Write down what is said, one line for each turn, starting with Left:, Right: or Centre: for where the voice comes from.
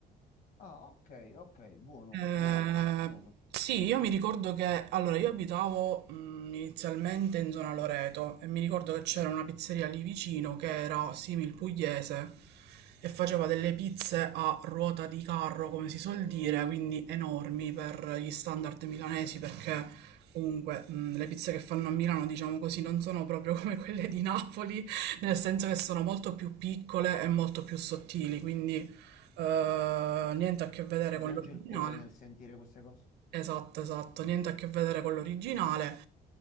Left: Ah, ok, ok, buono,
Right: Eh,
Left: buono, buono.
Right: sì, io mi ricordo che allora io abitavo mh, inizialmente in zona Loreto e mi ricordo che c'era una pizzeria lì vicino che era simil pugliese e faceva delle pizze a ruota di carro, come si suol dire, quindi enormi per gli standard milanesi perché comunque mh, le pizze che fanno a Milano, diciamo così, non sono proprio come quelle di Napoli, nel senso che sono molto più piccole e molto più sottili, quindi eh, niente a che vedere
Left: mi
Right: con
Left: piange
Right: l'originale.
Left: il cuore nel sentire queste cose.
Right: Esatto, esatto, niente a che vedere con l'originale.